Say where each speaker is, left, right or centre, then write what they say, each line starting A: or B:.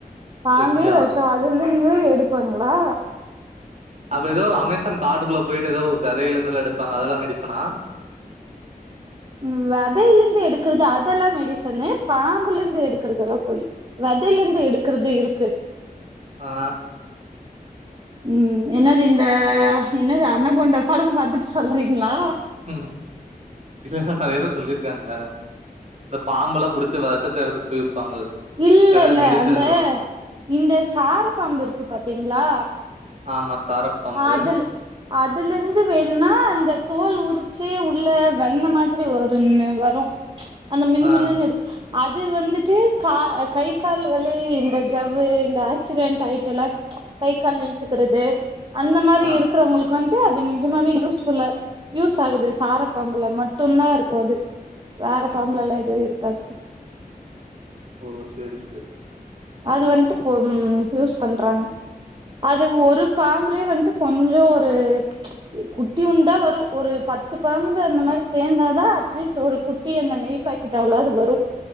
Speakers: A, on the right; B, on the right.
A: பாம்பே
B: பொய்யா
A: வெஷொ அதுலெ ந்து எடுப்பாங்களா
B: அப்ப எதோ அமேசான் காட்டுக்குள்ள போயிட்டு எதோ வெதைலந்துல்லா எடுப்பாங்க அதெல்லா மெடிசனா
A: உ வதையில இருந்து எடுக்கறிறது அதெல்லா எ ரீசன்னு பாம்புல இருந்து எடுக்கறது பொய் விதையில இருந்து எடுக்கறது இருக்கு
B: ஆ
A: ம் என்னதிந்த என்னது அனகொண்டா படம் பாத்துட்டு சொல்றீங்ளா?
B: ம் இசசா சரியாதா சொல்லிருக்காங்கல்ல இந்த பாம்பெல்லா புடுச்சு வெசத்த எடுத்துட்டு போய் விப்பாங்கல்ல
A: இல்லெல்ல
B: கட மெடிசன்
A: அந்த
B: இதுல
A: இந்த சார பாம்பு இருக்கு பாத்தீங்ளா
B: ஆமா சாரப்பாம்பு
A: அதுல அதுலெந்து வேணுன்னா அந்த தோல் உரிச்சு உள்ள வெண்ண மாதிரி ஒருன்னு வரு அந்த மினு
B: ஆ
A: மினுன் இரு அது வந்துட்டு க கை கால் வலி இந்த ஜவ்வு இந்த ஆக்சிடென்ட் ஆகிட்ட எல்லா கை கால் இழத்துக்குறது அந்த மாரி
B: ஆ
A: இருக்கறவங்களுக்கு வந் டு அது நிஜமாவே யூஸ்ஃபுல்லா யூஸ் ஆகுது சார பாம்புல மட்டு தா இருக்கு அது வேற பாம்புல எல்லா எதுவு இருக்காது
B: ஓ சேரி சேரி
A: அது வந்துட்டு ம் யூஸ் பண்றாங்க அது ஒரு பாம்புலே வந்துட்டு கொஞ்ச ஒரு குட்டியுண்டு வரு ஒரு பத்து பாம்பு அந்த மாரி சேர்ந்தாதா அட்லீஸ்ட் ஒரு குட்டி அந்த நெய் பாக்கெட் அவ்வளவு அது வரு